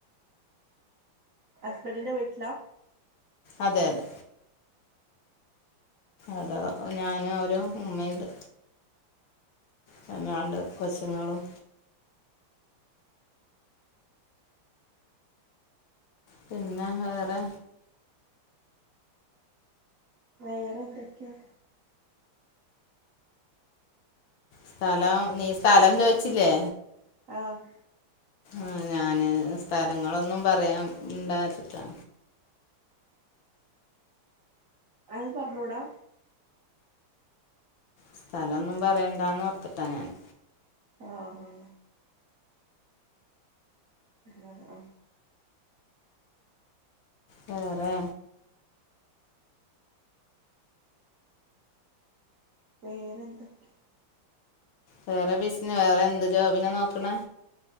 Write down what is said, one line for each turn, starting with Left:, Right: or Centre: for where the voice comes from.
Right: ഹസ്ബന്റിന്റെ വീട്ടിലാ?
Left: അതെ അതെ. അതൊ ഞാനും അവർടെ ഉമ്മയുണ്ട്. പിന്നെ രണ്ട് കൊച്ചുങ്ങളും പിന്നെ വേറെ
Right: വേറെ എന്തൊക്കെയാ?
Left: സ്ഥലം നീ സ്ഥലം ചോയിച്ചില്ലേ
Right: ആഹ്
Left: ആഹ് ഞാന് സ്ഥലങ്ങളൊന്നും പറയാൻ ണ്ടാ ച്ചാ
Right: അത് പറഞ്ഞുടാ
Left: സ്ഥലൊന്നും പറയണ്ടാന്ന് ഓർത്തിട്ടാ ഞാന്.
Right: ആഹ് ആഹ് ആഹ്
Left: വെറെ
Right: വെറെന്തൊക്കെയാ?
Left: വേറെ ബിസിന വേറെ എന്ത് ജോബിനാ നോക്കണെ?